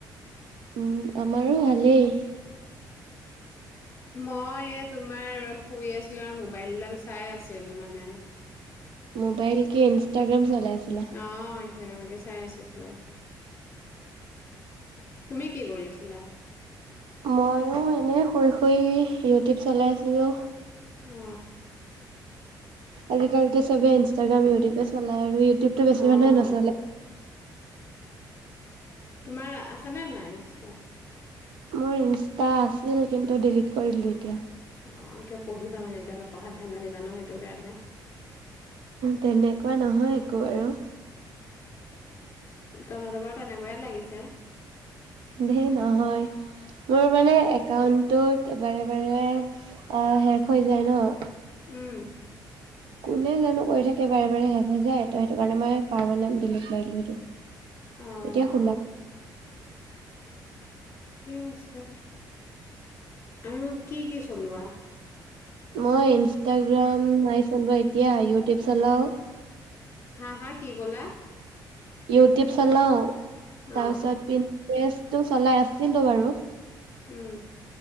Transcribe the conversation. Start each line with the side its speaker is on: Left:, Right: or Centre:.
Right: উম আমাৰো ভালেই।
Left: মই তোমাৰ শুই আছিলো আৰু মোবাইলডাল চাই আছিলো মানে
Right: মোবাইল কি ইনষ্টাগ্ৰাম চলাই আছিলা
Left: অ জাগ মাগে চাই আছিলো, তুমি কি কৰি আছিলা?
Right: ময়ো এনেই শুই শুই ইউটিউব চলাইছিলোঁ।
Left: অ।
Right: আজিকালিটো চবে ইনষ্টটাগ্ৰাম, ইউিউবে চা চলে আৰু ইউটিউবটো বেছি
Left: অ',
Right: মানুহে নচলে
Left: তোমাৰ আছে নে নাই ইনষ্টা?
Right: মোৰ ইনষ্টা আছিল কিন্তু ডিলিট কৰি দলোঁ এতিয়া।
Left: অ কিয় পঢ়িবা মানে এতিয়া অলপ পঢ়াত ধান্ডা দিবা ন, সেইটো কাৰণে।
Right: তেনেকুৱা নহয় একো আৰু।
Left: কথাটো বাৰু তেনেকুৱাই লাগিছে।
Right: ধেই নহয় মোৰ মানে একাউন্ট টোত বাৰে বাৰে, আ শেষ হৈ যায় ন।
Left: উম।
Right: কোনে জানো কৰি থাকে বাৰে বাৰে শেষ হৈ যায়, ত সেইটো কাৰণে মই পাৰমানেণ্ট ডিলিট মিলো সেইটো। এতিয়া
Left: অ',
Right: খোলা
Left: ঠিক আছে, আৰু কি কি চলোৱা?
Right: মই ইনষ্টাগ্ৰাম নাই চলোৱা এতিয়া, ইও টিপ চলাও
Left: হা হা, কি কলা?
Right: ইউটউব চলাউ
Left: অ',
Right: তাৰ পিছত পিন্টাৰেষ্ট টো চলাই আছিলো বাৰু।
Left: উম।